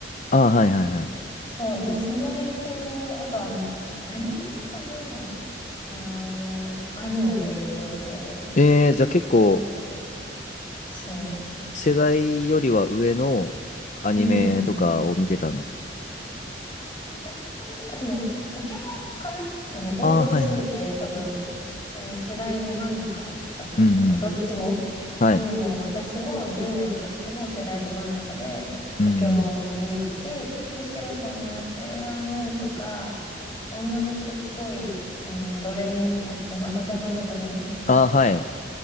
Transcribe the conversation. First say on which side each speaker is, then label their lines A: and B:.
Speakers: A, on the left; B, on the left.
A: ああ、はいはいはい。
B: そう。で、その影響、あとあの、アニメとかも、あの、兄の影響で、
A: えー、じゃあ結構
B: お、そ
A: 世代よりは上のアニメとかを見てたんですか
B: う。うんうんうん。世代のべあ、でも、ポケモンかなその王道すぎて、
A: ああー、はいはい。
B: 多分、その世代ど真ん中だったんだよね。
A: うんうん。
B: どっちも。
A: はい。
B: 兄も私も10年経っても世代ど真ん中で、
A: うんうん。
B: ポケモンも見るし、むしろそのセーラームーンとか、女の子っぽい、うん、ドレミ、んおま、お邪魔女ドレミとか
A: ああ、はい。